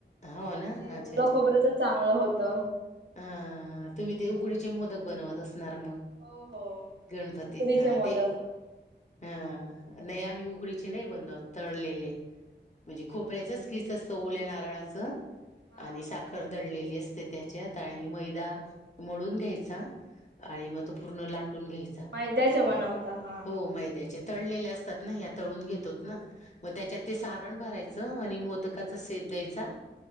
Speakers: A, on the left (about 40°); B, on the right (about 75°).
A: हो ना
B: ते
A: अच्छा
B: ओल खोबरंच चांगलं होत.
A: हा-हा-हा तुम्ही ते उकडीचे मोदक बनवत असणार मग.
B: हो हो.
A: गणपती
B: उकडीचे
A: हा
B: मोदक
A: ते
B: हा
A: हा नाही आम्ही उघडीचे नाही बनव, तळलेले. म्हणजे खोबऱ्याचच किस असत ओल्या नारळाच
B: हा
A: आणि साखर दळलेली असत. त्याच्यात आणि मैदा मोडून घ्यायचा. आणि मग तो पूर्ण लाटून घ्यायचा.
B: मैद्याच्या बनवता हा.
A: हो मैद हे तळलेले असतात ना ह्या तळून घेतोत
B: हा
A: ना मग त्याच्यात ते
B: बरोबर
A: सारण भराय आणि मोदकाचा शेप द्यायचा.